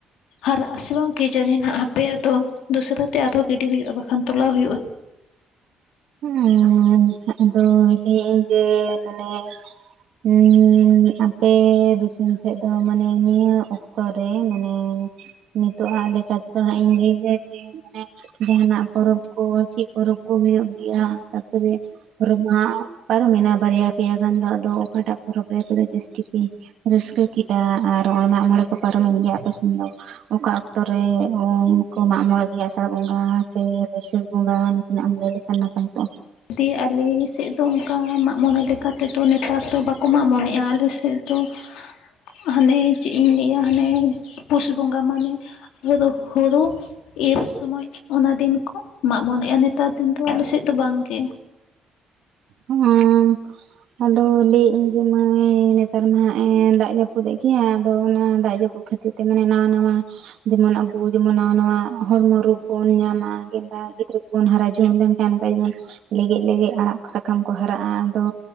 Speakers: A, on the left; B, on the right.
A: ᱦᱟᱨᱟᱜ-ᱟ ᱥᱮ ᱵᱟᱝ ᱠᱮ ᱡᱟᱹᱱᱤ ᱱᱷᱟᱸᱜ ᱦᱟᱯ ᱯᱮ ᱟᱫᱚ ᱫᱚᱥᱨᱟᱹ ᱛᱮ ᱟᱨᱦᱚᱸ ᱜᱤᱰᱤ ᱦᱩᱭᱩᱜᱼᱟ ᱵᱟᱠᱷᱟᱱ ᱛᱚᱞᱟᱣ ᱦᱩᱭᱩᱜᱼᱟ᱾
B: ᱦᱮᱸ ᱟᱫᱚ ᱞᱟᱹᱭ ᱤᱧ ᱡᱮ ᱢᱟᱱᱮ ᱦᱮᱸ ᱟᱯᱮ ᱫᱤᱥᱚᱢ ᱥᱮᱫ ᱫᱚ ᱢᱟᱱᱮ ᱱᱤᱭᱟᱹ ᱚᱠ ᱠᱚᱨᱮ ᱢᱟᱱᱮ ᱱᱤᱛᱚᱜᱼᱟᱜ ᱞᱮᱠᱟᱛᱮ ᱫᱚ ᱦᱟᱸᱜ ᱤᱧ ᱞᱟᱹᱭᱟ ᱡᱮ ᱢᱟᱱᱮ ᱡᱟᱦᱱᱟᱜ ᱯᱚᱨᱚᱵᱽ ᱠᱚ ᱪᱮᱫ ᱯᱚᱨᱚᱵᱽ ᱠᱚ ᱦᱩᱭᱩᱜ ᱜᱮᱭᱟ ᱛᱟᱨᱯᱚᱨᱮ ᱨᱚᱢᱦᱟ ᱯᱟᱨᱚᱢᱱᱟ ᱵᱟᱨᱭᱟ ᱯᱮᱭᱟ ᱜᱟᱱ ᱫᱚ ᱟᱫᱚ ᱚᱠᱟᱴᱟᱜ ᱯᱚᱨᱚᱵᱽ ᱨᱮ ᱯᱩᱨᱟᱹ ᱡᱟᱹᱥᱛᱤ ᱜᱤ ᱨᱟᱹᱥᱠᱟᱹ ᱠᱤ ᱪᱟᱫᱟ ᱟᱨ ᱢᱟᱜ ᱢᱚᱬᱮ ᱠᱚ ᱯᱟᱨᱚᱢᱮᱱ ᱜᱮᱭᱟ ᱟᱯᱮ ᱥᱮᱱ ᱫᱚ᱾ ᱚᱠᱟ ᱚᱠᱛᱚᱨᱮ ᱩᱢ ᱠᱚ ᱢᱟᱜ ᱢᱚᱬᱮ ᱠᱮᱭᱟ ᱥᱮ ᱟᱥᱟᱲ ᱵᱚᱸᱜᱟ ᱥᱮ ᱵᱟᱹᱭᱥᱟᱹᱠ ᱵᱚᱸᱜᱟ ᱛᱤᱱᱟᱹᱜ ᱮᱢ ᱞᱟᱹᱭ ᱞᱮᱠᱷᱟᱱ ᱱᱟᱯᱟᱭ ᱠᱚᱜᱼᱟ
A: ᱫᱤᱭ ᱟᱞᱮ ᱥᱮᱫ ᱫᱚ ᱚᱱᱠᱟ ᱢᱟᱜ ᱢᱚᱬᱮ ᱞᱮᱠᱟᱛᱮᱫᱚ ᱱᱮᱛᱟᱨ ᱫᱚ ᱵᱟᱠᱚ ᱢᱟᱜ ᱢᱚᱬᱮᱮᱜᱼᱟ ᱟᱞᱮ ᱥᱮᱫ ᱫᱚ <unintelligible> ᱦᱟᱱᱮ ᱪᱮᱫ ᱤᱧ ᱞᱟᱹᱭᱟ ᱦᱟᱱᱮ ᱯᱩᱥ ᱵᱚᱸᱜᱟ ᱢᱟᱱᱮ ᱦᱩᱨᱩ ᱦᱩᱲᱩ ᱮᱨ ᱥᱚᱢᱚᱭ ᱚᱱᱟ ᱫᱤᱱ ᱠᱚ ᱢᱟᱜ ᱢᱚᱲᱮᱜᱼᱟ ᱱᱮᱛᱟᱨ ᱫᱤᱱ ᱫᱚ ᱟᱞᱮᱥᱮᱫ ᱫᱚ ᱵᱟᱝᱜᱮ᱾
B: ᱚᱦᱚᱸ ᱟᱫᱚ ᱞᱟᱹᱭᱮᱫ ᱟᱹᱧ ᱡᱮ ᱢᱟᱹᱭ ᱱᱮᱛᱟᱨ ᱢᱟ ᱦᱟᱜ ᱮ ᱫᱟᱜ ᱡᱟᱹᱯᱩᱫᱽ ᱮ ᱜᱮᱭᱟ ᱟᱫᱚ ᱚᱱᱟ ᱫᱟᱜ ᱡᱟᱹᱯᱩᱫ ᱠᱷᱟᱹᱛᱤᱨ ᱮ ᱢᱟᱱᱮ ᱱᱟ ᱱᱟᱶᱟ ᱡᱮᱢᱚᱱ ᱟᱵᱚ ᱡᱮᱢᱚᱱ ᱱᱟᱶᱟ ᱱᱟᱶᱟ ᱦᱚᱲᱢᱚ ᱨᱚᱜᱽ ᱵᱚᱱ ᱧᱟᱢᱟ ᱠᱤᱢᱵᱟ ᱡᱩᱜᱽ-ᱡᱩᱜᱽ ᱵᱚᱱ ᱦᱟᱨᱟ ᱡᱩᱣᱟᱹᱱ ᱞᱮᱱᱠᱷᱟᱱ ᱚᱱᱠᱟ ᱜᱮ ᱡᱮᱢᱚᱱ ᱞᱮᱜᱮᱡ ᱞᱮᱜᱮᱡ ᱟᱲᱟᱜ ᱥᱟᱠᱟᱢ ᱠᱚ ᱦᱟᱨᱟᱜᱼᱟ ᱟᱫᱚ